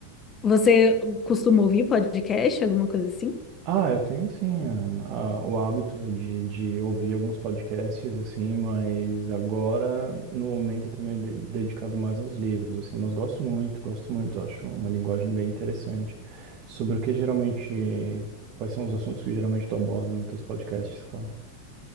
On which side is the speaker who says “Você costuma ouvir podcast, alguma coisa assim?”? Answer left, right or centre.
Left